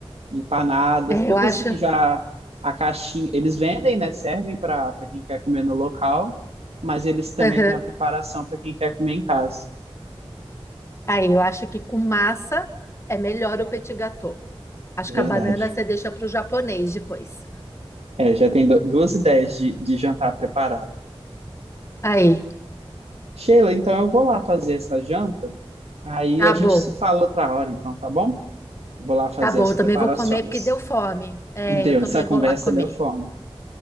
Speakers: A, on the right; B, on the left.
A: empanadas,
B: É,
A: tudo
B: eu acho.
A: assim já a caixinha. Eles vendem, né? Servem para para quem quer comer no local, mas eles também
B: Aham.
A: têm a preparação para quem quer comer em casa.
B: Aí, eu acho que com massa é melhor o petit gâteau. Acho
A: Verdade.
B: que a banana você deixa para o japonês depois.
A: É, já tem du- duas ideias de, de jantar preparado.
B: Aí,
A: Sheila, então eu vou lá fazer essa janta. Aí
B: tá
A: a gente
B: bom.
A: se fala outra hora, então, tá bom? Vou lá fazer
B: Tá bom,
A: as
B: eu
A: preparações.
B: também vou comer porque deu fome. É,
A: Deu,
B: eu também
A: essa conversa
B: vou lá comer.
A: deu fome.